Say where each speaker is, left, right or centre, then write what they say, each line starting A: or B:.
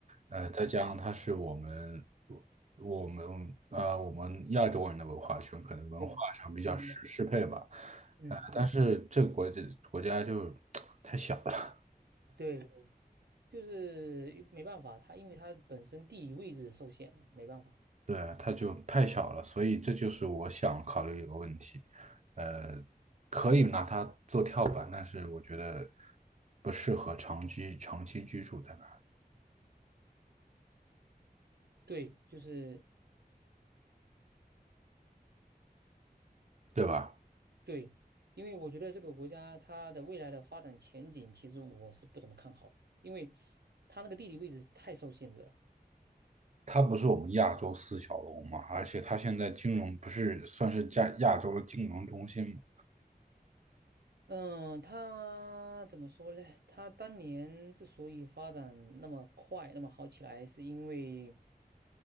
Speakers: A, on the right (about 80°); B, on the right (about 45°).
A: 嗯
B: 呃，再加上它是我们我我们啊、我们亚洲人的文化圈，可能文化上比较适适配吧。
A: 对，明白，嗯嗯，
B: 呃，但是这个国家国家就 <tsk> 太小了。
A: 对，就是没办法，它因为它本身地理位置受限了，没办法。
B: 对，它就太小了，所以这就是我想考虑一个问题，呃，可以拿它做跳板，但是我觉得不适合长居长期居住在那里，
A: 对，就是
B: 对吧？
A: 对，因为我觉得这个国家它的未来的发展前景，其实我是不怎么看好的，因为它那个地理位置太受限制了。
B: 它不是我们亚洲四小龙嘛，而且它现在金融不是算是亚亚洲的金融中心嘛，
A: 嗯，它怎么说呢？它当年之所以发展那么快、那么好起来，是因为